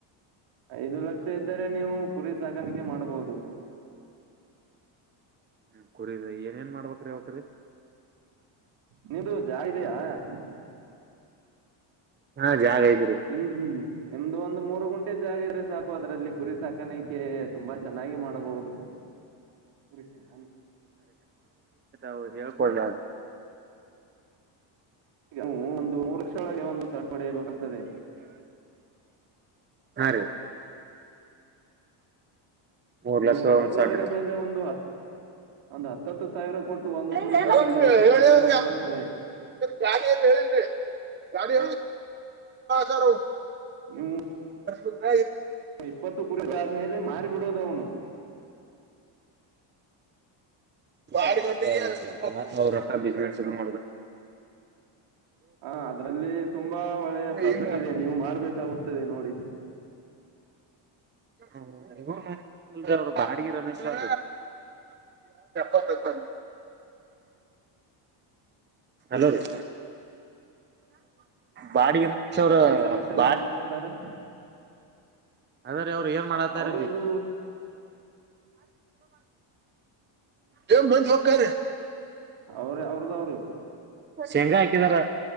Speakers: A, on the right; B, on the right.
A: ಐದು ಲಕ್ಷ ಇದ್ದರೆ ನೀವು ಕುರಿ ಸಾಕಾಣಿಕೆ ಮಾಡ್ಬೋುದು
B: ಹ್ಮ್ ಕುರಿದ ಏನ್ ಏನ್ ಮಾಡ್ಬೇಕ್ರಿ ಯಕ್ರೀ
A: ನೀ್ದ ಜಾ ಇದ ಇದಯಾ <unintelligible>
B: ಹಾ ಜಾಗ ಐತ್ರಿ
A: ನಿಮ್ ನಿಮ್ದು ಒಂದ್ ಮೂರು ಗುಂಟೆ ಜಾಗಿದ್ರೆ ಸಾಕು ಅದರಲ್ಲಿ ಕುರಿ ಸಾಕಾಣಿಕೆ ತುಂಬಾ ಚೆನ್ನಾಗಿ ಮಾಡಬಹುದು ಬಷ ಹ
B: ವು ಹೇಳ್ಕೊಳ್
A: ಈಗವು ಒಂದು ಮೂರು ಲಕ್ಷೊಳಗೆ ಒಂದು ಸರ್ಟ್ ಬಡೆಯಬೇಕುತ್ತದೆ
B: ಹಾ ರೀ ಮೂರ್
A: ನೀವು
B: ಲಕ್ಷ
A: ಸಡ್ಡು
B: ಒಂದ್ ಸಡ್ರಿ
A: ಒಡೆದ ಮೇಲೆ ಒಂದು ಹತ್ತು ಒಂದು ಹತ್ತತ್ತು ಸಾವಿರ ಕೊಟ್ಟು ಒಂದು
B: ಒ
A: ಕುರಿ ತಗೊಂಡ್ರೆ
B: ಹೇಳ್ಯ್ರಿ
A: ಇಪ್ಪತ್ತು
B: ಒ್ರಏನ್
A: ಕುರಿಗಳು ಬರ್ತದೆ
B: ಜಾಗ ಅಏನ್ ಹೇಳಲ್ ಗಾಡಿ ಸರ
A: ನೀವು
B: ಉಗ
A: ಇಪ್ಪತ್ತು ಕುರಿ ಆದ್ಮೇಲೆ ಮಾರಿ ಬಿಿಡೋದ ಅವನು
B: ಅವ್ರಸ ಬಿಸಿನಸ್ ಮಾಡೋಬೇಕ
A: ಹ ಅದ್ರಲ್ಲಿ ತುಂಬಾ ಒಳ್ಳೆಯ ಪ್ರಾಫಿಟ್
B: ಈಗ
A: ಇದೆ ನೀವು ಮಾಡ್ಬೇಕಾಗುತ್ತದೆ ನೋಡಿ
B: ಹ್ಮಲ್ ಅವರು ಬಾಡಿಗೆ ರಮೇಶ್ ಅವ ಬಿಗೆಪ್ಪ ಲೋ ರೀ ಬಾಡಿ ಅವರ
A: ಅಡಿಗೆ ರಮೇಶ್ ಅವರು
B: ಬಾ
A: ಏನ್ ಮಾಡ್ತಿದ್ದಾರೆ
B: ಅದ್ರೀ ಅವ್ರು ಏನ್ ಮಾಡಾತಾರ
A: ಅವರದು
B: ಜ ಮಂಜವ ಕೆ
A: ಅವ್ರ ಅವ್ರದ ಅವರು
B: ಶೇಂಗಾ ಹಾಕಿದಾರ